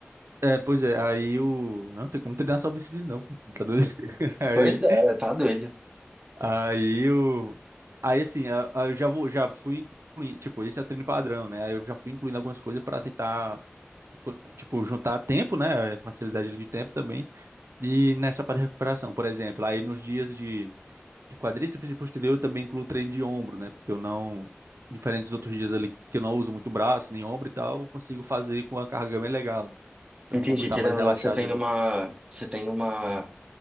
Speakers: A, on the right; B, on the right.
A: É, pois é, aí o. Não tem como treinar só bíceps, não. pô, Você tá doido? <laughs> Aí.
B: Pois é, tá doido.
A: Aí eu. Aí assim, a- a- eu já vou, já fui incluindo, tipo, esse é o treino padrão, né? Aí eu já fui incluindo algumas coisas para tentar, eco- tipo, juntar tempo, né? Facilidade de tempo também. E nessa parte de recuperação, por exemplo, aí nos dias de, de quadríceps e posterior eu também incluo treino de ombro, né? Porque eu não, diferente dos outros dias ali que eu não uso muito braço, nem ombro e tal, eu consigo fazer com a carga bem legal. Então
B: Entendi,
A: o ombro tá
B: querendo
A: mais relaxado
B: ou não, você tem
A: ali.
B: uma, você tem uma,